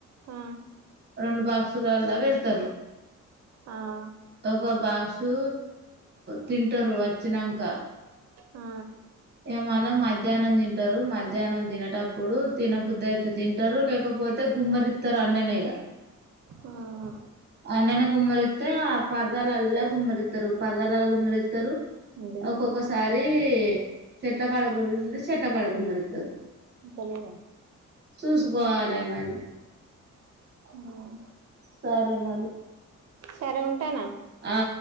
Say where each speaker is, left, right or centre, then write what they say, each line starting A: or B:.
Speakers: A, on the right; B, on the right.
A: ఆ
B: రెండు బాక్సులల్ల తరు
A: ఆ
B: ఒక బాక్సు తింటారు వచ్చినంక
A: ఆ
B: ఇగ మల్ల మధ్యాహ్నం తింటారు మధ్యాహ్నం తినేటప్పుడు తినబుద్ధి అయితే తి ట్టారు లేకపోతే కుమ్మరిత్తరు అన్లనే ఇగా
A: ఆ అ
B: అన్లనే కుమ్మరితే ఆ పర్దాలల్ల కుమ్మరితరు పర్దాలల్ల కుమ్మరితరు
A: ఏంటి
B: ఒక్కొక్కసారి చెట్ల కూడుంటే చెట్ల కడ కుమ్మరి
A: అంతలేదా
B: చూసుకోవాలే మరి
A: మ్
B: సరే మరి
A: సరే ఉంటన
B: ఆ